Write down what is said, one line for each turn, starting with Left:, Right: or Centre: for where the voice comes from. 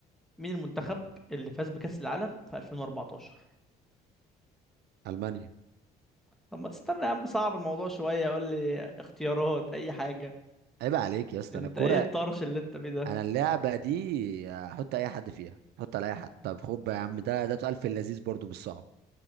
Centre: مين المنتخب اللي فاز بكأس العالم في 2014
Right: المانيا
Centre: طب ما تستنى يا عم صعب الموضوع شوية قول لي اختيارات اي حاجة
Right: عيب عليك يا اسطى
Centre: انت
Right: انا الكوره
Centre: ايه الطرش اللي انت فيه ده
Right: انا اللعبه دي احط اي حد فيها احط على اي حد طب خد بقى يا عم ده ده سؤال في اللذيذ برضو مش صعب